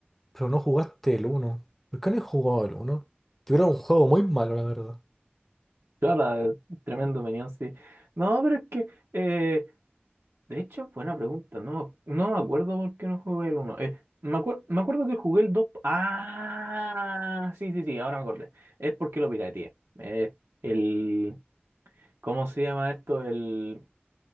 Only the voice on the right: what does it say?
Claro, tremendo opinión, sí. No, pero es que, eh, de hecho, buena pregunta. No, me- no me acuerdo por qué no jugué el 1. me acuer- me acuerdo que jugué el 2. Ah, sí, sí, sí, ahora me acordé. Es porque lo pirateé. Eh, el, ¿cómo se llama esto? El,